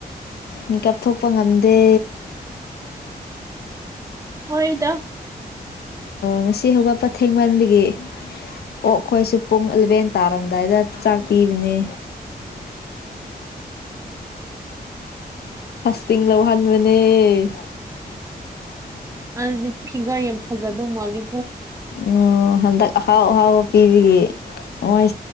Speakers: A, on the left (about 80°); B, on the right (about 20°).
A: ꯃꯀꯞꯊꯣꯛꯄ ꯉꯝꯗꯦ
B: ꯍꯣꯏꯗ
A: ꯉꯁꯤ ꯍꯧꯒꯠꯄꯊꯦꯡꯃꯟꯕꯒꯤ ꯑꯣ ꯑꯩꯈꯣꯏꯁꯨ ꯄꯨꯡ ꯑꯦꯂꯚꯦꯟ ꯇꯥꯔꯝꯗ ꯑꯗꯨꯗꯥꯏꯗ ꯆꯥꯛ ꯄꯤꯕꯅꯦ ꯇꯤꯡ ꯂꯧꯍꯟꯕꯅꯦ
B: ꯑꯗꯨꯗꯤ ꯐꯤꯡꯒꯔ ꯌꯥꯝ ꯐꯖꯗꯧ ꯃꯥꯜꯂꯤ
A: ꯎ ꯍꯟꯗꯛ ꯑꯍꯥꯎ ꯑꯍꯥꯎꯕ ꯄꯤꯕꯒꯤ ꯃꯣꯏ